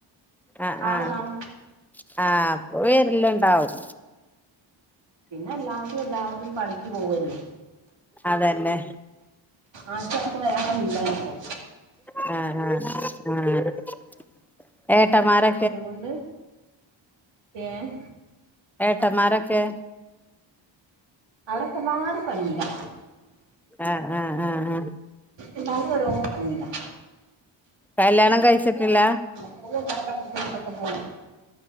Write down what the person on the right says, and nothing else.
ആണ്
ആണ്
പിന്നെ എല്ലാവരും എല്ലാവരും പണിക്ക് പോവല്ലേ
ആര്ക്കുങ്ങട്ട് വരാൻ കയ്യുല്ലല്ലോ അപ്പൊ
അതുകൊണ്ട് ഏഹ്
അവരൊക്കെമാരും പണിയിലാ
എല്ലാരും ഓരോ പണിയിലാ
ഓൽ എല്ലാരും അങ്ങട്ടും ഇങ്ങട്ടൊക്കെ പോവും